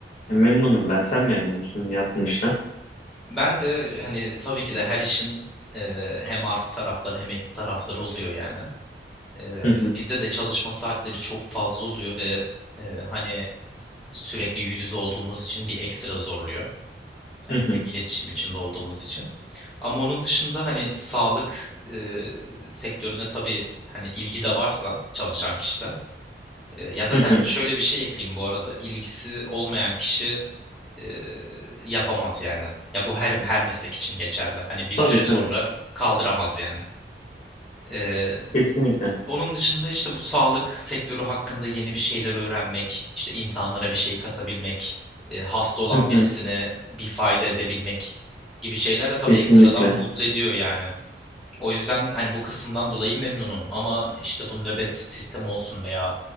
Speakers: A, on the left (about 45°); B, in the centre.
A: Ya memnunum ben. Sen memnun musun yaptığın işten?
B: Ben de hani tabii ki de her işin eee, hem artı tarafları hem eksi tarafları oluyor yani. Eee,
A: Hı hı,
B: bizde de çalışma saatleri çok fazla oluyor ve eee, hani sürekli yüz yüze olduğumuz için bir ekstra zorluyor. Hani
A: hı hı,
B: direkt iletişim içinde olduğumuz için. Ama onun dışında hani sağlık eee, sektörüne tabii hani ilgi de varsa çalışan kişide. eee, ya zaten
A: hı hı.
B: şöyle bir şey ekleyeyim bu arada. İlgisi olmayan kişi e, yapamaz yani. Ya bu her her meslek için geçerli. Hani bir
A: Tabii
B: süre
A: tabii.
B: sonra kaldıramaz yani. Ee,
A: Kesinlikle.
B: onun dışında işte bu sağlık sektörü hakkında yeni bir şeyler öğrenmek, işte insanlara bir şey katabilmek, e, hasta olan
A: Hı hı,
B: birisine bir fayda edebilmek gibi şeyler de tabii
A: kesinlikle.
B: ekstradan mutlu ediyor yani. O yüzden hani bu kısımdan dolayı memnunum ama işte bu nöbet sistemi olsun veya